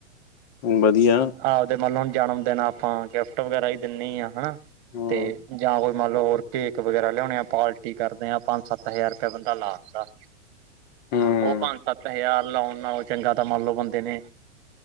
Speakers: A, on the left; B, on the right.
A: ਵਧੀਆ।
B: ਹਾਂ ਆਪਦੇ ਮੰਨ ਲਓ ਹੁਣ ਜਨਮ ਦਿਨ ਆਪਾਂ ਗਿਫਟ ਵਗੈਰਾ ਹੀ ਦਿੰਦੇ ਹੀ ਆ ਹਨਾ।
A: ਹੂੰ,
B: ਤੇ ਜਾਂ ਕੋਈ ਮੰਨ ਲਓ ਹੋਰ ਕੇਕ ਵਗੈਰਾ ਲਿਆਉਣੇ ਆ ਪਾਰਟੀ ਕਰਦੇ ਆ ਆਪਾਂ ਸੱਤ ਹਜ਼ਾਰ ਰੁਪਇਆ ਬੰਦਾ ਲਾ ਤਾਂ।
A: ਹੂੰ।
B: ਉਹ ਪੰਜ ਸੱਤ ਹਜ਼ਾਰ ਲਾਉਣ ਨਾਲੋਂ ਚੰਗਾ ਤਾਂ ਮੰਨ ਲਓ ਬੰਦੇ ਨੇ